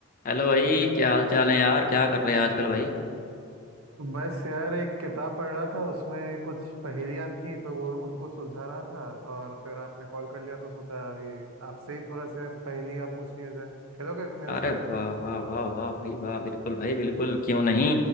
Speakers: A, on the left (about 40°); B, on the right (about 85°).
A: Hello भाई क्या हाल चाल है यार क्या कर रहे हैं आजकल भाई
B: बस यार एक किताब पढ़ रहा था उसमें कुछ पहेलियां थी तो वो उनको सुलझा रहा था और फिर आपने कॉल कर लिया तो सोचा अभी आपसे ही थोड़ा से पहेलियां पूछ लिया जाए खेलोगे मेरे
A: अरे
B: साथ
A: वाह वाह वाह वाह भाई वाह बिल्कुल भाई बिल्कुल क्यों नहीं